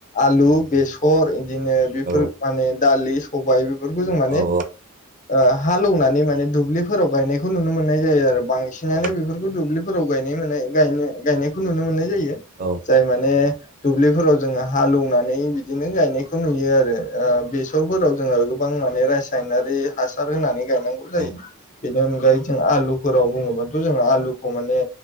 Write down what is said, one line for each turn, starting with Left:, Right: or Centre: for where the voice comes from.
Left: आलु बेसर बिदिनो बेफोर
Right: औ
Left: माने दालि सबाय बेफोरखौ जों माने
Right: औ
Left: ओ हालौनानै माने दुब्लिफोराव गायनायखौ नुनो मोननाय जायो आरो। बांसिनानो
Right: औ
Left: बेफोरखौ दुब्लि फोराव गायनाय नुनाय गायनायखौ नुनो मोननाय जायो।
Right: औ
Left: जाय माने दुब्लिफोराव जोङो हालौनानै बिदिनो गायनायखौ नुयो
Right: उम
Left: आरो ओ बेसरफोराव जोङो गोबां माने रासायनारि हासार होनानै गायनांगौ जायो।
Right: औ
Left: बेनि अनगायै जों आलुफोराव बुङोब्लथ' जों आलुखौ माने